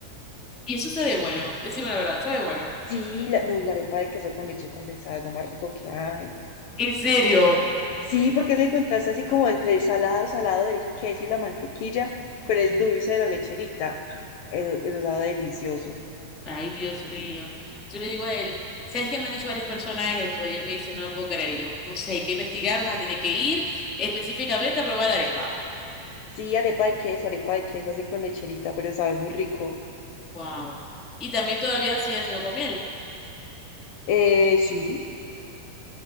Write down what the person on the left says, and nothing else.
Sí, la, no, y la arepa de queso con leche condensada es lo más rico que hay.
Sí, porque es el contraste así como entre el salado, salado del queso y la mantequilla con el dulce de la lecherita. Eso, eso sabe delicioso.
Sí, arepa de queso, arepa de queso así con lecherita, pero sabe muy rico.
Eh, sí,